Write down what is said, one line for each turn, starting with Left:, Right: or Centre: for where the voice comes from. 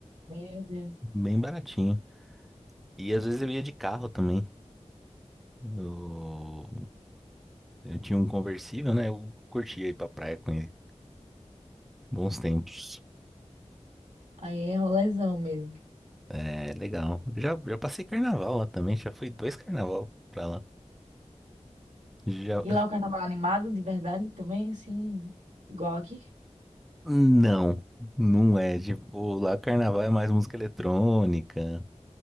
Right: Meu Deus.
Centre: bem baratinho. E às vezes eu ia de carro também. Eu, eu tinha um conversível, né? Eu curtia ir pra praia com ele. Bons tempos.
Right: Aí é rolezão mesmo.
Centre: É legal. Já, já passei carnaval lá também, já fui dois carnaval pra lá. Já...
Right: E lá o carnaval é animado, de verdade, também, assim, igual aqui?
Centre: Não, não é. Tipo, lá carnaval é mais música eletrônica.